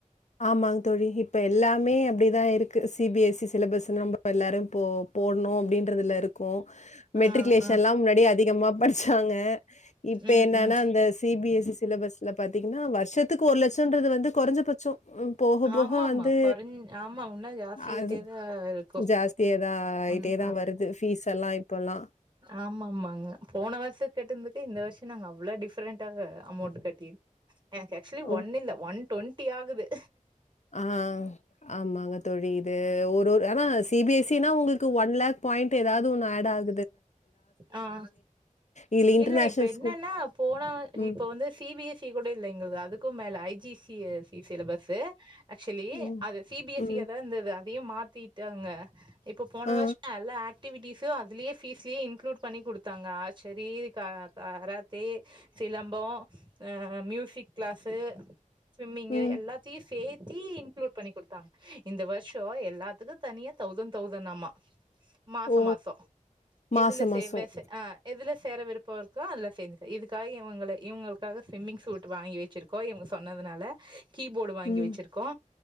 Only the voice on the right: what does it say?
ஆ
ஆ
ம்
ம்
ஆமாமா
கொறஞ் ஆமா உன்னு ஜாஸ்தி
ஆயிட்டேதா இருக்கு
ம்
ஆமா ஆமாங்க போன வருஷோ கட்டுனதுக்கே இந்த வருஷ நாங்க அவ்ளோ டிஃப்ரெண்டாக அமௌண்ட் கட்டிருக் எனக்கு ஆக்சுவலி
ஒன் இல்ல ஒன் டுவெண்ட்டி ஆகுது
ஆஹ்
இல்ல இப்ப என்னன்னா
போன
இப்ப வந்து சி பி எ சி கூட இல்ல எங்கள்து அதுக்கும் மேல I G C C syllabus actually
அது சி பி
எஸ் சி யாதா இருந்தது அதியும் மாத்திட்டாங்க இப்போ போன
வர்ஷோ எல்லா ஆக்டிவிட்டீஸும் அதுலயே பீஸ்லே இன்க்ளூட் பண்ணி குடுத்தாங்க ஆர்ச்சரி த கராத் தே சிலம்பம் ஆஹ் மியூசிக் கிளாஸு ஸ்விம்மிங்கு
எல்லாத் தி சேத்தி இன்க்ளூட் பண்ணி குடுத்தாங் இந்த வர்ஷோ எல்லாத்துக்கு தனியா தௌசண்ட் தௌசண்ட்னாமா மாசோ
மாசோ
எதுல சேர்வ
ஸ் ஆஹ் எதுல சேர விருப்பம் இருக்கோ அதுல சேர்ந்து இதுக்காக இவுங்கள இவுங்களுக்காக ஸ்விம்மிங் சூட் வாங்கி வச்சிருக் கோ இவங்க சொன்னதுனால கீபோர்டு வாங்கி
வெச்சிருக்கோ